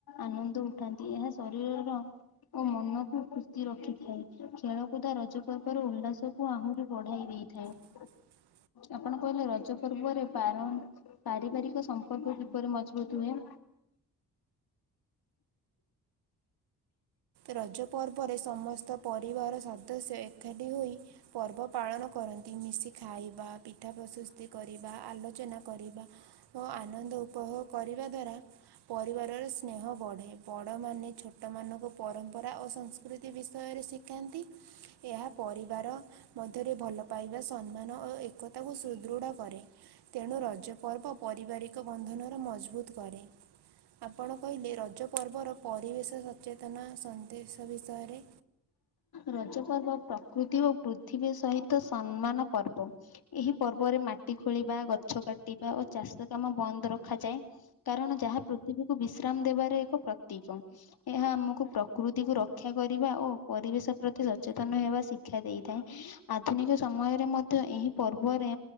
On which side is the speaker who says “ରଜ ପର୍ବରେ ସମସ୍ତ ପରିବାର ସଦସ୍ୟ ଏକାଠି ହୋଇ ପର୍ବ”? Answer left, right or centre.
Right